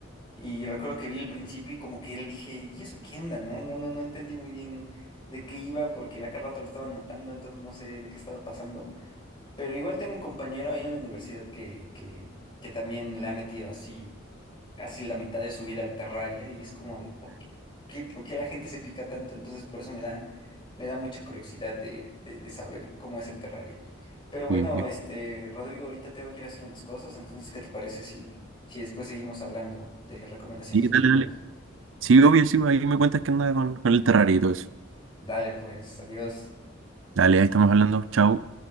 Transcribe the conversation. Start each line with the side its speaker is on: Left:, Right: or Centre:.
Left: Y recuerdo que vi el principio y como que él dije, ¿y eso qué onda? No, no, no, no entendí muy bien de qué iba porque a cada rato lo estaban matando, entonces no sé de qué estaba pasando. Pero igual tengo un compañero ahí en la universidad que, que, que también le ha metido así casi la mitad de su vida al Terraria y es como de, ¿por qué, qué- por qué la gente se pica tanto? Entonces por eso me da, me da mucha curiosidad de, de- de saber cómo es el Terraria. Pero bueno,
Right: Sí, sí.
Left: este, Rodrigo, ahorita tengo que ir a hacer unas cosas, entonces, ¿qué te parece si, si después seguimos hablando de recomendaciones
Right: Sí,
Left: de
Right: dale,
Left: videojuegos?
Right: dale. Sí, obvio, sí, ahí me cuentas que anda con, con el Terraria y todo eso.
Left: Dale, pues, adiós.
Right: Dale, ahí estamos hablando. Chau.